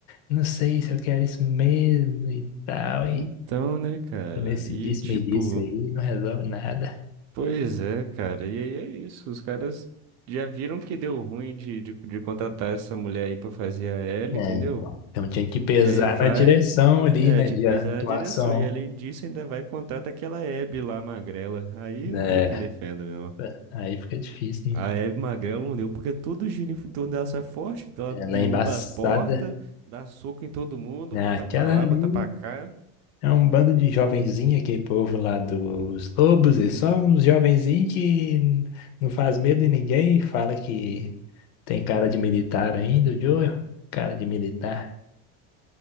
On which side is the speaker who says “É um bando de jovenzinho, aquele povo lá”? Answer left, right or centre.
Left